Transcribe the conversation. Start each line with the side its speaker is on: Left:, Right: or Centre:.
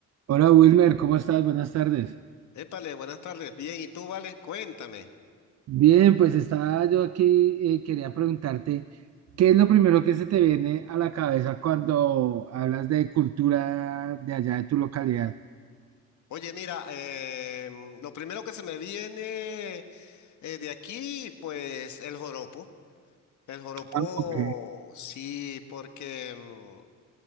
Right: Hola Wilmer, ¿cómo estás? Buenas tardes.
Left: Épale, buenas tardes. Bien, ¿y tú, Vale? Cuéntame.
Right: Bien, pues estaba yo aquí, eh, quería preguntarte, ¿qué es lo primero que se te viene a la cabeza cuando hablas de cultura de allá de tu localidad?
Left: Oye, mira, eh, lo primero que se me viene eh, de aquí, pues el joropo. El joropo,
Right: Ah, ok.
Left: sí, porque, mm,